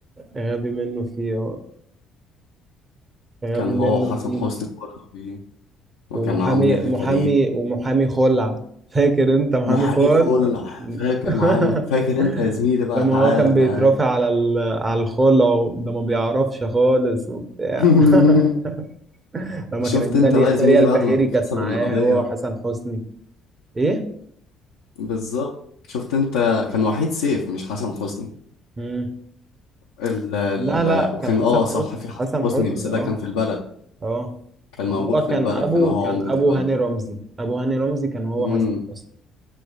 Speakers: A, on the right; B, on the left.
A: غبي منه فيه آه، غبي
B: كان هو
A: منه
B: حسن
A: فيه
B: حسني برضه فيه وكان
A: ومحامي
B: معاهم نيللي
A: محامي
B: كريم
A: ومحامي خلع فاكر انت محامي
B: محامي
A: خلع
B: خلع فاكر
A: <laughs>
B: معامي خلع. فاكر انت يا زميلي بقى
A: لما
B: تعالى
A: هو كان
B: تعالى
A: بيترافع على ال- على الخلع وده ما بيعرفش خالص وبتاع
B: <laughs>
A: <laughs> لما
B: شفت
A: كانت
B: انت
A: داليا
B: بقى يا
A: داليا
B: زميلي
A: البحيري
B: بعد ما
A: كانت
B: كسب
A: معاه
B: القضية
A: هو حسن حسني ايه
B: بالظبط شفت انت كان وحيد سيف مش حسن حسني
A: مم.
B: ال ال
A: لا لا
B: وكان
A: كان حسن
B: اه صح
A: حسني
B: في حسن
A: حسن
B: حسني
A: حسني
B: بس ده
A: اه
B: كان في البلد
A: اه
B: كان
A: ما
B: موجود
A: هو
B: في
A: كان
B: البلد
A: ابو
B: كان هو
A: كان
B: عمدة
A: ابو
B: البلد
A: هاني رمزي ابو هاني رمزي كان هو
B: امم
A: حسن حسني